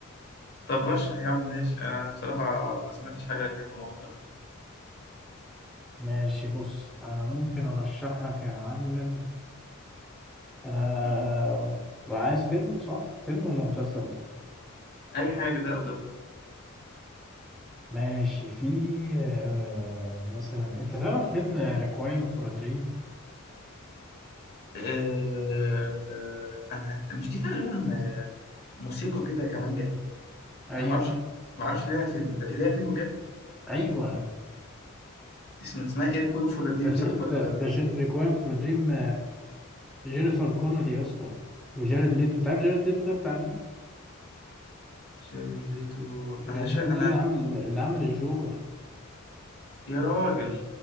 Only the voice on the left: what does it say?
طب رشح يا عم ماشي انا بصراحه ما سمعتش حاجه اجنبي مؤخرا
مم.
اي حاجه ده او ده
آه، آه، انا مش دي تقريبا آه، موسيقى كده كمانجا
انا ما اعرفش ما اعرفش ان ليها فيلم ده في ليها فيلم بجد
اسمه اسمها ايري كوين فور ريديم
صح
ولا
شارد ليتو
انا شا...
انا
يا راجل